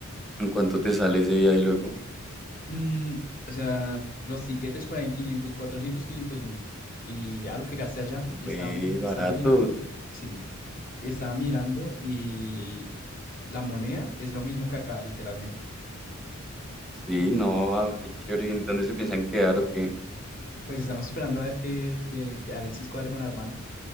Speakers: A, in the centre; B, on the left.
A: ¿En cuánto te sale ese viaje luego?
B: Mm, o sea, los tiquetes por ahí en 500 400 500 mil. Y ya lo que gasté allá, y
A: Ve,
B: estaba, me- estaba
A: baratos.
B: mirando, sí, estaba mirando y la moneda es lo mismo que acá, literalmente.
A: Sí, no, ah, qué chévere. ¿Y en dónde se piensan quedar o qué?
B: Pues estamos esperando a ver que, que, que Alexis cuadre con la hermana.